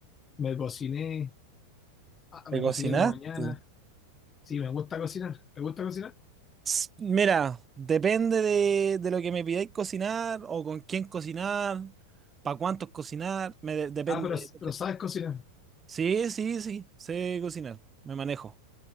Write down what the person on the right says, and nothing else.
¿Te
cocinaste?
Ts, Mira, depende de, de lo que me pidáis cocinar o con quién cocinar, para cuántos cocinar, me de- depende.
Sí, sí, sí, sé cocinar, me manejo,